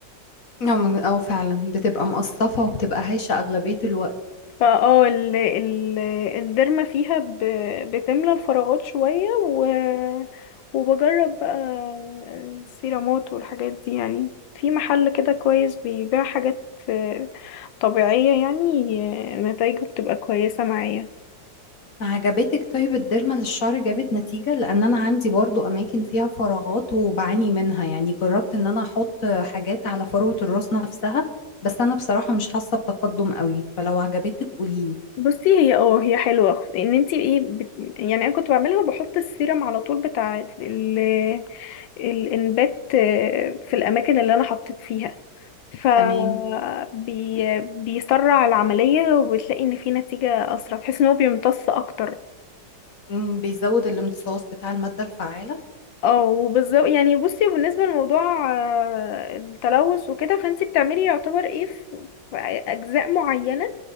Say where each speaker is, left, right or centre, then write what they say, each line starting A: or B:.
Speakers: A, on the left (about 50°); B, on the left (about 85°).
A: نعم، اه فعلا بتبقى مقصفة وبتبقى هايشة أغلبية الوقت
B: فاه ال ال الديرما فيها ب- بتملى الفراغات شوية و وبجرب بقى السيرامات والحاجات دي يعني في محل كده كويس بيبيع حاجات آه، طبيعية يعني آه، نتايجه بتبقى كويسة معايا
A: عجبتك طيب الديرما للشعر جابت نتيجة لأن أنا عندي برضو أماكن فيها فراغات وبعاني منها يعني جربت إن أنا أحط حاجات على فروة الراس نفسها بس أنا بصراحة مش حاسة بتقدم قوي فلو عجبتك قوليلي
B: بصي هي اه هي حلوة ان انتي ايه بت... يعني انا كنت بعملها وبحط السيرم على طول بتاع ال... ال- الانبات آه، في الاماكن اللي انا حطيت فيها ف
A: تمام
B: بي... بيسرع العملية وبتلاقي ان في نتيجة اسرع تحس ان هو بيمتص اكتر
A: مم، بيزود الامتصاص بتاع المادة الفعالة
B: اه وبالظبط يعني بصي وبالنسبة لموضوع آه، التلوث وكده فانتي بتعملي يعتبر ايه في في اجزاء معينة